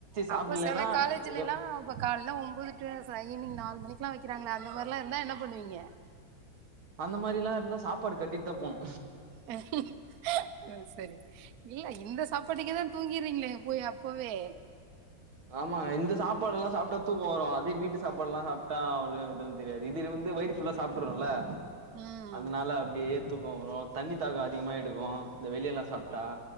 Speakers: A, on the right (about 85°); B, on the right (about 60°).
A: சாப்டலன்னா
B: அப்ப செல காலேஜிலலா
A: எதோ
B: இப்ப கால்ல ஒம்பது டூ ச ஈவினி்ங் நாலு மணிக்லா வைக்கிறங்ளே அந்த மாரிலா இருந்தா என்ன பண்ணுவீங்க
A: அந்த மாரிலா இருந்தா சாப்பாடு கட்டிட்டு தா போனு
B: அ சரி இல்ல இந்த சாப்பாட்டுக்கே தா தூங்கிறீங்ளே போய் அப்பவே
A: ஆமா இந்த சாப்பாடுலா சாப்ட்டா தூக்க வரு அதே வீட்டு சாப்பாட்லா சாப்ட்டா அவ்ளோ எதுவு தெரியாது இது வந்து வயிறு ஃபுல்லா சாப்ட்ருவேல
B: ம்
A: அதனால அப்டியே தூக்க வரு தண்ணி தாக அதிகமா எடுக்கு இந்த வெளியெல்லா சாப்ட்டா